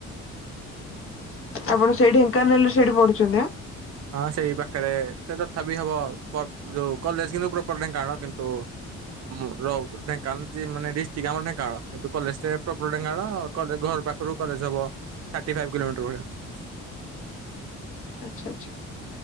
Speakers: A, on the left; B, on the right.
A: ଆପଣ ସେଇ ଢେଙ୍କାନାଳ ରେ ସେଇଠି ପଢୁଛନ୍ତି ଆଁ।
B: ହଁ ସେଇ ପାଖରେ ସେ ତଥାପି ହବ ପର ଯୋଉ କଲେଜ କିନ୍ତୁ ପ୍ରପର ଢେଙ୍କାନାଳ କିନ୍ତୁ । ମୋ ରଉ ଢେଙ୍କାନାଳ ଜି ମାନେ ଡିଷ୍ଟ୍ରିକ ଆମର ଢେଙ୍କାନାଳ କିନ୍ତୁ କଲେଜ ପ୍ରପର ଢେଙ୍କାନାଳ ଘ ର ପାଖରୁ କଲେଜ ହବ ଥାର୍ଟୀ ଫାଇପି କିଲୋମିଟର ଭଳିଆ ।
A: ଆଚ୍ଛା ଆଚ୍ଛା ।